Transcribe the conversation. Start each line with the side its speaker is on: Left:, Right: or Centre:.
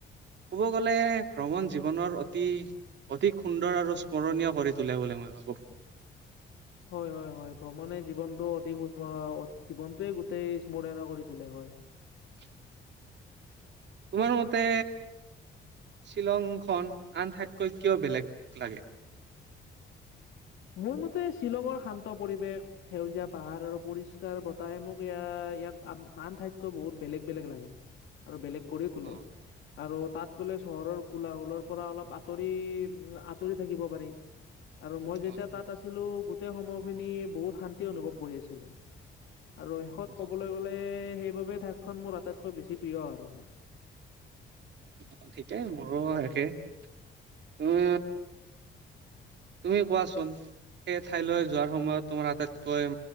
Right: ক'ব গ'লে ভ্ৰমণ জীৱনৰ অতি অধিক সুন্দৰ আৰু স্মৰণীয় কৰি তোলে বুলি মই ভাবোঁ।
Left: হয় হয় হয় ভ্ৰমণে জীৱনটো অতি <unintelligible> জীৱনটোৱে গোটেই স্মৰণীয় কৰি তোলে হয়। হয়
Right: <inaudible> তোমাৰ মতে শ্বিলংখন আন ঠাইতকৈ কিয় বেলেগ লাগে
Left: মোৰ মতে শ্বিলঙৰ শান্ত পৰিৱেশ, সেউজীয়া পাহাৰ আৰু পৰিষ্কাৰ বতাহে মোক ইয়া ইয়াক আন আন ঠাইতকৈ বহুত বেলেগ বেলেগ লাগে। আৰু বেলেগ কৰি তোলে
Right: অ',
Left: আৰু তাত গ'লে চহৰৰ কোলাহলৰ পৰা অলপ আঁতৰি আত- তৰি থাকিব পাৰি আৰু মই যেতি
Right: অ',
Left: যেতিয়া তাত আছিলো গোটেই সময়খিনি বহুত শান্তি অনুভৱ কৰি আছিলো। আৰু শেষত
Right: অ',
Left: ক'বলৈ গ'লে সেই সেইবাবে ঠাইখন মোৰ আটাইতকৈ বেছি প্ৰিয় আৰু মোৰ।
Right: অ ঠিকেই মোৰো একেই। তুমি কোৱাচোন সেই ঠাইলৈ যোৱাৰ সময়ত তোমাৰ আটাইতকৈ